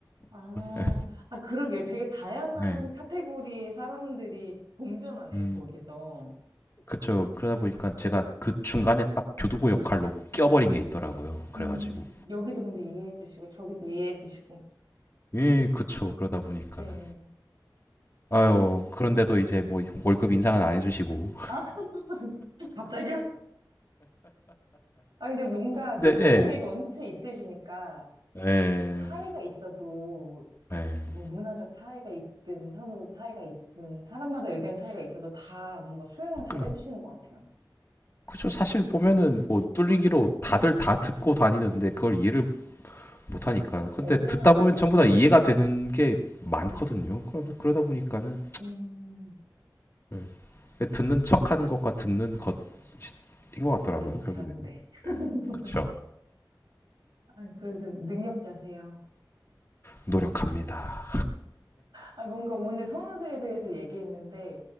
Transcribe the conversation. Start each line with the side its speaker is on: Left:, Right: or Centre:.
Right: 아,
Left: 예
Right: 아, 그러게. 되게 다양한
Left: 예,
Right: 카테고리의 사람들이 공존하네요,
Left: 음,
Right: 거기서.
Left: 그렇죠. 그러다 보니까 제가 그 중간에 딱 교두보
Right: 네.
Left: 역할로 껴버린 게 있더라고요. 그래가지고.
Right: 음, 여기도 근데 이해해 주시고, 저기도 이해해 주시고.
Left: 예, 그쵸. 그러다 보니까는.
Right: 네.
Left: 아유,
Right: 아, 예.
Left: 그런데도
Right: 네.
Left: 이제 뭐 월급 인상은 안 해주시고.
Right: 아, <laughs> 갑자기요? 아, 근데 뭔가 소통
Left: 네, 예.
Right: 능력이 원체 있으시니까
Left: 예,
Right: 차이가 있어도
Left: 예.
Right: 뭐 문화적 차이가 있든 선호 차이가 있든 사람마다 의견 차이가 있어도 다 뭔가 수용을 잘해
Left: 그,
Right: 주시는 것 같아요.
Left: 그쵸. 사실 보면은
Right: 음,
Left: 뭐 뚫리기로 다들 다 듣고 다니는데 그걸 이해를 못하니까. 근데
Right: 어려워요.
Left: 듣다 보면 전부 다 이해가 되는 게 많거든요.
Right: 네.
Left: 그러- 그러다 보니까는
Right: 음,
Left: 네. 듣는 척하는 것과 듣는 것인 것 같더라고요.
Right: 다른,
Left: 결국에는.
Right: 다른데. <laughs>
Left: 네, 그렇죠.
Right: 아, 그래도 능력자세요.
Left: 노력합니다.
Right: 아, 뭔가 오늘 선호도에 대해서 얘기했는데,